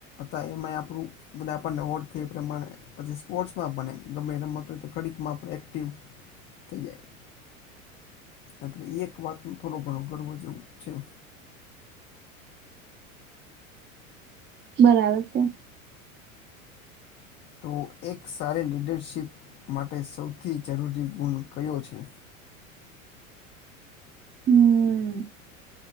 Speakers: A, on the left (about 30°); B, on the right (about 25°).
A: અ એમાંય આપણું બધા આપણને ઓળખે એ પ્રમાણે પછી સ્પોર્ટ્સમાં પણ એમ ગમે રમત હોય તો ખડીકમાં પણ એક્ટિવ થઈ જાય. એટલે એ એક વાતનો થોડો ઘણો ગર્વ જે એવું છે.
B: બરાબર છે.
A: તો એક સારી લીડરશિપ માટે સૌથી જરૂરી ગુણ કયો છે.
B: હમ